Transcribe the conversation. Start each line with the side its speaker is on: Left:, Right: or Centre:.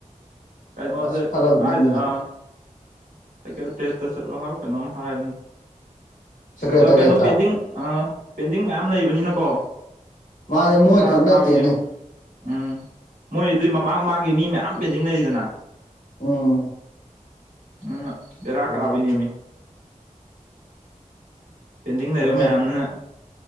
Right: ꯀꯩꯅꯣꯗ
Left: ꯑꯁ ꯐꯔꯛꯅꯤꯗꯅ
Right: ꯀꯥꯢꯗ ꯑ ꯁꯦꯀꯦꯇꯦꯠꯇ ꯆꯠꯂꯣ ꯍꯥꯏꯕꯔ ꯀꯩꯅꯣꯝ ꯍꯥꯏꯕꯅꯤ
Left: ꯁꯦꯀ꯭ꯔꯦꯇꯔꯤꯌꯦꯠꯇ
Right: ꯖ ꯀꯩꯅꯣ ꯄꯦꯟꯗꯤꯡ꯫ ꯑꯥ ꯄꯦꯟꯗꯤꯡ ꯃꯌꯥꯝ ꯂꯩꯕꯅꯤꯅꯀꯣ
Left: ꯃꯥꯁꯦ ꯃꯣꯏ
Right: ꯕꯦꯔꯥ
Left: ꯈꯛ
Right: ꯀꯥꯕꯤꯅꯦꯕ꯫
Left: ꯅꯠꯇꯦꯅꯦ
Right: ꯎꯝ ꯃꯣꯏ ꯑꯗꯨꯏ ꯃꯃꯥꯡ ꯃꯃꯥꯡꯒꯤ ꯃꯤ ꯃꯌꯥꯝ ꯄꯦꯟꯗꯤꯡ ꯂꯩꯗꯅ꯫
Left: ꯎꯝ꯫
Right: ꯎꯝ ꯑ ꯕꯦꯔꯀꯥꯕꯤꯅꯦꯃꯤ꯫
Left: ꯎꯝ
Right: ꯄꯦꯟꯗꯤꯡ ꯂꯩꯕ
Left: ꯎꯝ
Right: ꯃꯌꯥꯝꯗꯨꯅ꯫